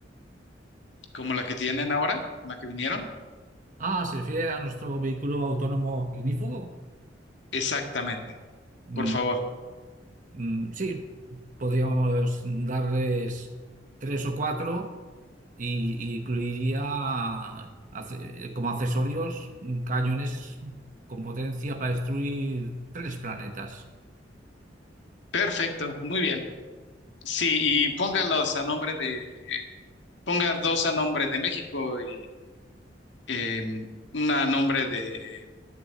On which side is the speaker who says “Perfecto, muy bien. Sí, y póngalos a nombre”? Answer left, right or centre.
Left